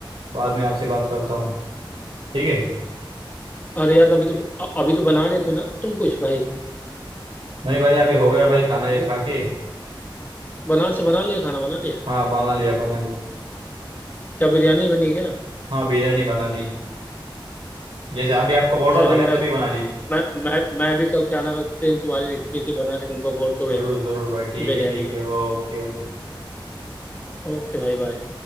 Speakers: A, on the right; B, on the left.
A: बाद में आपसे बात करता हूँ ठीक है
B: अरे यार अभी तो अ- अभी तो बना रहे थे ना तुम कुछ भाई
A: नहीं भाई अभी हो गया भाई खाना ये
B: अभी
A: खा के
B: बना से बना लिया खाना बना लिया
A: हाँ बना लिया बना लिया
B: क्या बिरयानी बनी क्या
A: हाँ बिरयानी बना दी जैसे अभी आपको बोल रहा
B: चलो
A: था क्या
B: मैं
A: तभी बना ली
B: मैं मैं मैं भी कल क्या नाम है सेम तुम्हारी रेसिपी से बना के तुमको फोटो भेजता
A: जरूर
B: हूँ
A: जरूर भाई ठीक
B: बिरयानी
A: है ठीक
B: की
A: है ओके ओके
B: ओके भाई बाय